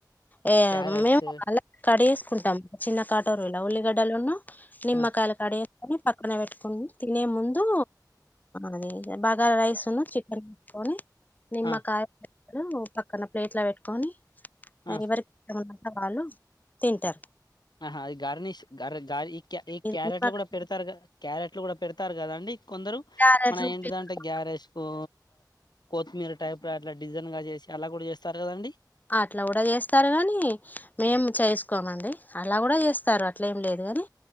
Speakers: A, on the left; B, on the left.
A: ఏ
B: క్యారెట్స్
A: మేము మల్ల కట్చేసుకుంటాం చిన్న కట్ టరు ఉల్లిగడ్డలును నిమ్మకాయలకాడ
B: ఆ
A: ఎత్తేనే ప పక్కన పెట్టుకుని తినే ముందు అది బగార రైస్ ఉన్నూ చికెన్ కోనీ నిమ్మకాయ
B: ఆ
A: ఉమ్ పక్కన పలేట్లా పెట్ నినేవరికి
B: ఆ
A: ఇష్టమున్ననో వాళ్ళు తన్టర్
B: ఆహా అది గార్నిష్ గ గ ఈ
A: ఇది
B: క్యారెట్లు
A: నిమ్మకాయ
B: కూడా పెడతారు కదా క్యారెట్ ఇట్ల కూడా పెడతారు కదా అండి కొందరు
A: క్యారెట్లు
B: మన ఏంటిదంటే
A: పిక్కలు
B: గ్యారేజ్కు కొత్తిమీర టైప్ అట్లా డిజైన్ గా చేసి అలా కూడా చేస్తారు కదండి
A: అట్లా కూడా చేస్తారు గాని మేము చేసుకోమండి అలా కూడా చేస్తారు అట్లేం లేదులే కాని